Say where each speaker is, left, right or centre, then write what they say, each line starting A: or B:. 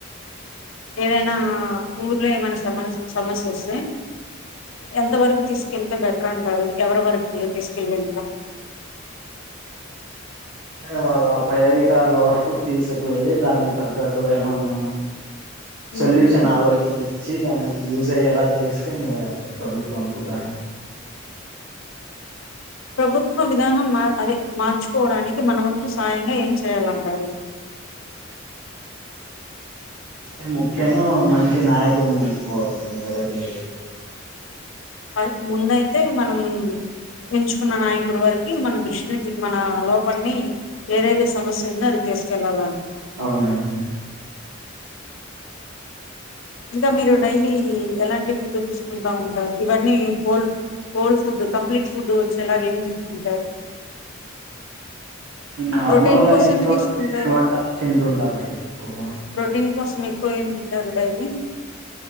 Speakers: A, on the left; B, on the right.
A: ఏదైనా ఊర్లో ఏమైనా సమస్ సమస్యస్ ఎంత వరకు తీసుకెళ్తే బెటరంటారు ఎవర వరకి తీసకెళ్ళిండ్రూ
B: తే వాళ్ళ పై అధికారల వరకు తీసకు వెళ్ళి దానికి తగ్గట్టు ఏమన్నా!
A: హ్మ్
B: సొల్యూషన్ ఆలోచి చ్చి దానికి యూస్ అయ్యేలా చేస్తే మేలండి ప్రభుత్వం కూడా.
A: ప్రభుత్వ విధానం అదే మార్చుకోవడానికి మనమంతు సాయంగా ఏం చేయ్యాలంటారు?
B: అ ముఖ్యంగా మనం మంచి నాయకుని ఎంచుకోవాలండి. మొదటి
A: అర్ ముందయితే మనం ఎంచుకున్న నాయకుడు వారికి మన దృష్టి మన లోపన్ని ఏదేదతే సమస్యుందో అది తీసుకెళ్లాల
B: అవునండి
A: ఇంకా మీరు డైలీ ఎలాంటి ప్రదషిస్తుంటా ఉంటారు ఇవన్నీ whole cold food complete food వచ్చేలాగ ఏం తీసుకుంటారు?
B: నార్మల్
A: ప్రోటీన్
B: గా
A: కోసం
B: ఇంట్లో
A: తీసుకుంటారు.
B: చేసిన వంటలు తింటుంటానండి ఎక్కువ
A: ప్రోటీన్ కోసం ఎక్కువ ఏం తింటారు డైలీ?